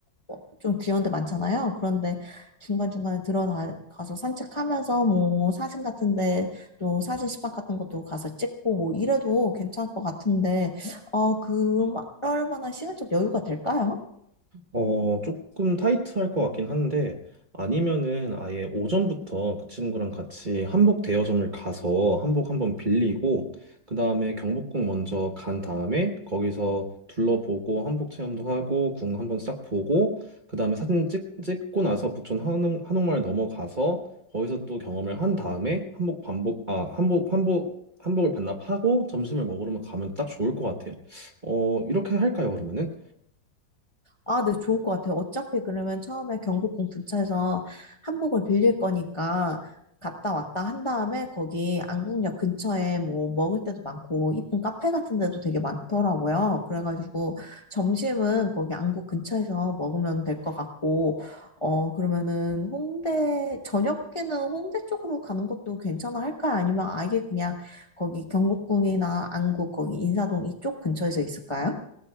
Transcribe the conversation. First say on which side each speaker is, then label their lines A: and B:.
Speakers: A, on the left (about 20°); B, on the right (about 30°).
A: 어, 좀 귀여운 데 많잖아요. 그런데 중간중간에 들어가서 산책하면서 뭐, 사진 같은데, 또 사진 스팟 같은 것도 가서 찍고, 뭐, 이래도 괜찮을 것 같은데, 어, 그럴 만한 시간적 여유가 될까요?
B: 어, 조금 타이트할 것 같긴 한데, 아니면은 아예 오전부터 그 친구랑 같이 한복 대여점을 가서 한복 한번 빌리고, 그 다음에 경복궁 먼저 간 다음에 거기서 둘러보고 한복 체험도 하고, 궁 한번 싹 보고, 그 다음에 사진 찍, 찍고 나서 부촌 한옥, 한옥마을 넘어가서 거기서 또 경험을 한 다음에 한복 반복, 아, 한복, 한복, 한복을 반납하고 점심을 먹으러 가면 딱 좋을 것 같아요. 어, 이렇게 할까요, 그러면은?
A: 아, 네, 좋을 것 같아요. 어차피 그러면 처음에 경복궁 근처에서 한복을 빌릴 거니까 갔다 왔다 한 다음에 거기 안국역 근처에 뭐 먹을 때도 많고 이쁜 카페 같은 데도 되게 많더라고요. 그래가지고 점심은 거기 안국 근처에서 먹으면 될 것 같고, 어, 그러면은 홍대, 저녁에는 홍대 쪽으로 가는 것도 괜찮아 할까요? 아니면 아예 그냥 거기 경복궁이나 안국 거기 인사동 이쪽 근처에서 있을까요?